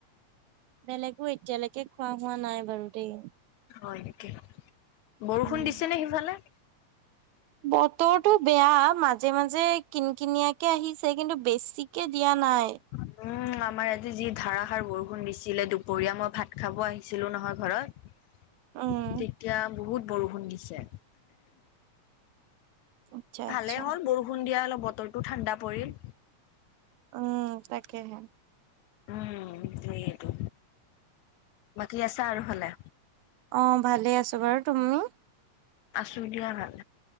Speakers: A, on the right; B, on the left.
A: বেলেগো এতিয়ালৈকে খোৱা হোৱা নাই বাৰু দেই
B: হয় নেকি, বৰষুণ
A: উম
B: দিছে নে সিফালে?
A: বতৰটো বেয়া মাজে মাজে কিন কিনিয়াকে আহিছে কিন্তু বেছিকে দিয়া নাই।
B: উম, আমাৰ আজি যি ধাৰাসাৰ বৰষুণ দিছিলে দুপৰীয়া মই ভাত খাব আহিছিলো, নহয় ঘৰত।
A: উম
B: তেতিয়া বহুত বৰষুণ দিছে।
A: আচ্ছা
B: ভালে
A: আচ্ছা
B: হ'ল, বৰষুণ দিয়া অলপ বতৰটো ঠাণ্ডা পৰিল।
A: উম, তাকেহে।
B: উম সটো, বাকী আছা আৰু হলে?
A: অ' ভালে আছো বাৰু, তুমি?
B: আছো দিয়া ভাল,